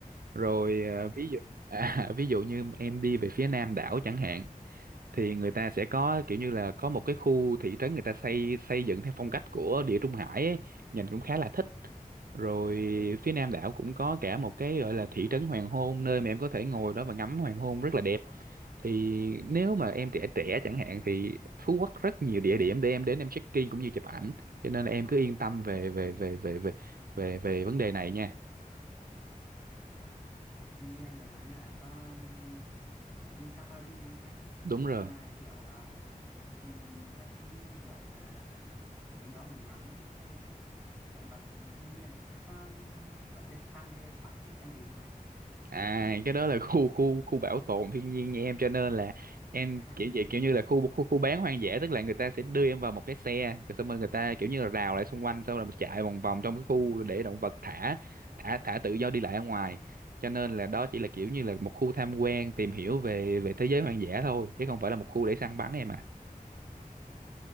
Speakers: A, on the right (about 80°); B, in the centre.
A: Rồi
B: đã
A: à,
B: được
A: ví dụ
B: anh ạ
A: <laughs> à, ví dụ như em đi về phía nam đảo chẳng hạn thì người ta sẽ có kiểu như là có một cái khu thị trấn người ta xây xây dựng theo phong cách của Địa Trung Hải ấy, nhìn cũng khá là thích rồi phía Nam đảo cũng có cả một cái gọi là thị trấn hoàng hôn nơi mà em có thể ngồi đó và ngắm hoàng hôn rất là đẹp thì nếu mà em trẻ trẻ chẳng hạn thì Phú Quốc rất nhiều địa điểm để em đến em check-in cũng như chụp ảnh cho nên là em cứ yên tâm về về về về về về về vấn đề này nha
B: vâng như anh vừa nói là có um, đi safari đúng không anh
A: đúng
B: Tức
A: rồi
B: là kiểu um, um, safari em hiểu là đến đó mình ngắm uh, động vật thiên nhiên có um, có được săn hay bắt cái con gì không anh
A: À cái đó là khu khu khu bảo tồn thiên nhiên nha em cho nên là em
B: <laughs>
A: kiểu vậy
B: khu
A: kiểu như
B: hàng
A: là
B: tuần
A: khu khu khu bán hoang dã tức là người ta sẽ đưa em vào một cái xe rồi xong rồi người ta kiểu như là rào lại xung quanh xong rồi mình chạy vòng vòng trong cái khu để động vật thả
B: à,
A: thả thả tự do đi lại ở ngoài cho nên là đó chỉ là kiểu như là một khu tham quan tìm hiểu về về thế giới hoang dã thôi chứ không phải là một khu để săn bắn em
B: à,
A: à